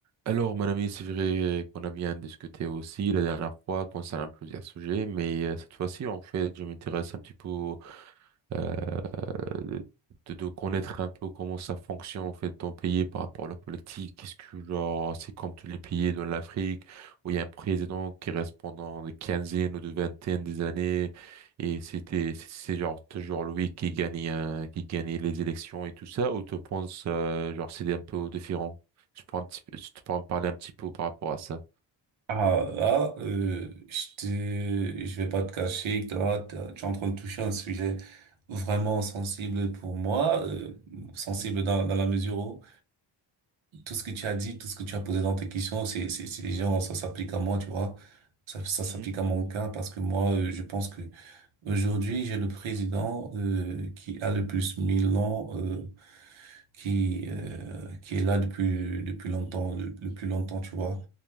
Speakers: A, on the right; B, on the right.
A: Alors, mon ami, c'est vrai qu'on a bien discuté aussi la dernière fois concernant plusieurs sujets, mais euh, cette fois-ci, en fait, je m'intéresse un petit peu euh, euh, de, de connaître un peu comment ça fonctionne en fait ton pays par rapport à la politique. Est-ce que genre c'est comme tous les pays dans l'Afrique où il y a un président qui reste pendant des quinzaines ou de vingtaines des années et c'était c'est c'est genre toujours lui qui gagne euh, qui gagnait les élections et tout ça ou tu penses euh, genre c'est un peu différent? tu pourrais un petit peu, tu pourrais me parler un petit peu par rapport à ça.
B: Ah là, euh, je te, je vais pas te cacher, que là, t'as- tu es en train de toucher un sujet vraiment sensible pour moi, euh, sensible
A: Mhm,
B: dans, dans la mesure où tout ce que tu as dit, tout ce que tu as posé dans tes questions, c'est, c'est, c'est les gens, ça s'applique à moi, tu vois. Ça, ça
A: mhm,
B: s'applique à mon cas parce que moi, euh, je pense que aujourd'hui, j'ai le président euh, qui a le plus mille ans, euh, qui euh, qui est là depuis depuis longtemps, le, le plus longtemps, tu vois.